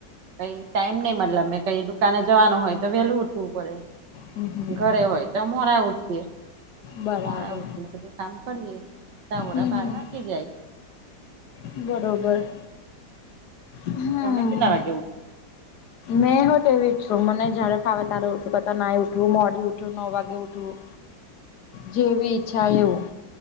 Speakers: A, on the right (about 75°); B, on the left (about 70°).
A: કઈ ટાઈમ નઈ મતલબ મે કઈ દુકાને જવાનું હોય તો વહેલું ઉઠવું પડે
B: હમ હમ
A: ઘરે હોય તો મોરા ઉઠી એ
B: બરાબર
A: મોરા ઊઠીને બધું કામ કરીએ તાર
B: હમ
A: બાર
B: હમ
A: વાગી જાય.
B: બરોબર હમ
A: તમે કેટલા વાગે ઉઠો
B: મેં હો તો એવી જ છું મને જયારે ફાવે ત્યારે ઉઠું કરતા ના એ ઊઠું મોડી ઉઠૂં નવ વાગે ઉઠૂં
A: <inaudible>
B: જેવી ઈચ્છા એવું